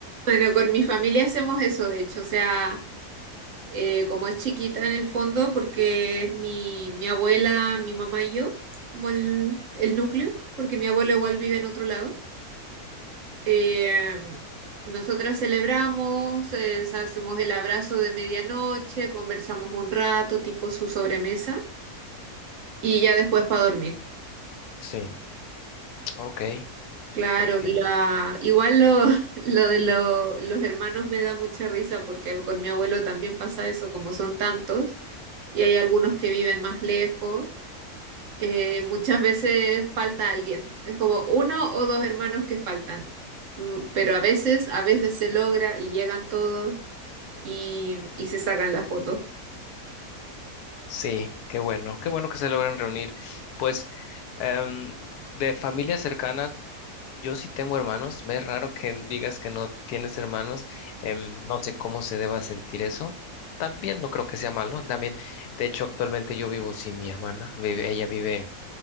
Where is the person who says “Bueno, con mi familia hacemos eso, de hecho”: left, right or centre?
Right